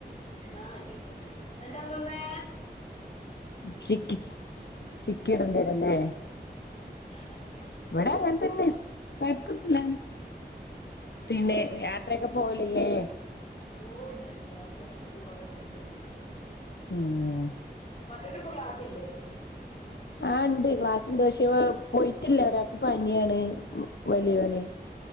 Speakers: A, on the left (about 40°); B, on the left (about 75°).
A: ആഹ് എന്നിപ്പം എന്താമ്മമ്മേ
B: ചിക്കി ചി ചിക്കിടേണ്ടിരല്ലേ
A: ആ ബ
B: ഇവടെ അങ്ങൻതന്നെ. കൊഴപ്പൊൻന്നുല്ല. ൻ പിന്നെ
A: അതെ
B: യാത്രയാക്കെ പോവലില്ലേ
A: ഓ ണ്ട് ണ്ട് യാത്രയൊക്കെ പോവാറക്കെണ്ട്.
B: ഉം
A: മക്കക്ക് ഇപ്പൊ ക്ലാസില്ലേ
B: ആ ണ്ട്. ക്ലാസ്ണ്ട്. പക്ഷെ ഓ പോയിട്ടില്ല ഒരാക്ക് അനിയാണ് മ് വലിയോന്.
A: ഓ